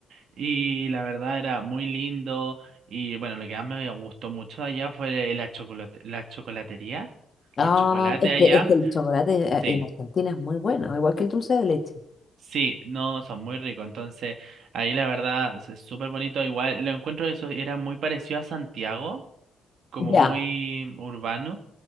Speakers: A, on the right; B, on the left.
A: y la verdad era muy lindo. Y bueno, lo que más me gustó mucho de allá fue la chocolate, la chocolatería,
B: Ah,
A: los chocolates
B: es
A: allá.
B: que, es que el chocolate eh,
A: Sí,
B: en Argentina es muy bueno, igual que el dulce de leche.
A: sí, no, son muy ricos. Entonces, ahí la verdad es súper bonito. Igual, lo encuentro de eso era muy parecido a Santiago, como
B: Ya,
A: muy urbano.